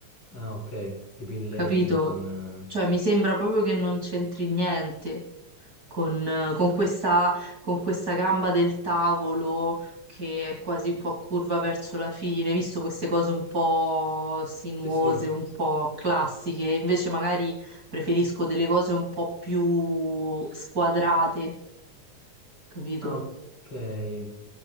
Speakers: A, on the left; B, on the right.
A: Ah, ok, tipo in
B: capito?
A: legno con... eh,
B: Cioè, mi sembra proprio che non c'entri niente con, eh, con questa, con questa gamba del tavolo che è quasi un po' curva verso la fine, visto queste cose un po' sinuose,
A: Sì, sì.
B: un po' classiche. Invece magari preferisco delle cose un po' più squadrate, capito?
A: Ah, ok.